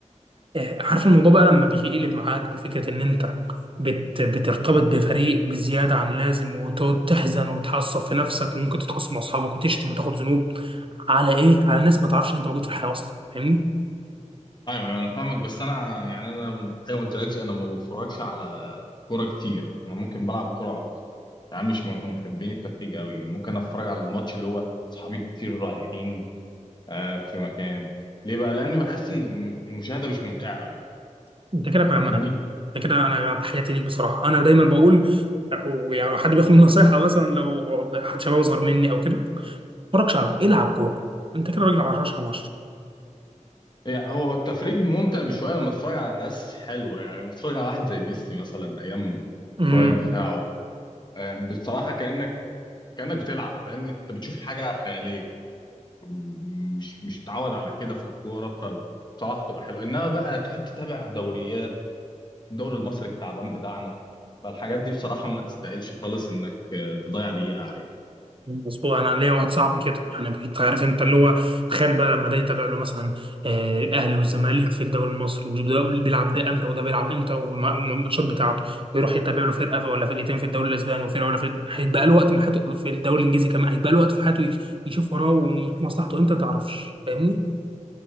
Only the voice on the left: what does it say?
ايوه انا فاهمك بس انا يعني انا زي ما قلت لكش انا ما بتفرجش على كوره كتير انا ممكن بلعب كوره اكتر يعني مش من محبين التفريج قوي ممكن اتفرج على الماتش اللي هو صحابي كتير رايحين آه في مكان ليه بقى لان بحس ان الم- المشاهده مش ممتعه قوي
انت فاهمني
يعني هو التفريج ممتع بشويه لما تتفرج على ناس حلوه يعني لما تتفرج على واحد زي ميسي مثلا ايام
برايم بتاعه آه، بصراحه كانك كانك بتلعب فاهمني انت بتشوف حاجه خياليه م- مش مش متعود على كده في الكوره فبصراحه بتبقى حلوه انما بقى تقعد تتابع دوريات الدوري المصري التعبان بتاعنا فالحاجات دي بصراحه ما تستاهلش خالص انك آه، تضيع دقيقه عليها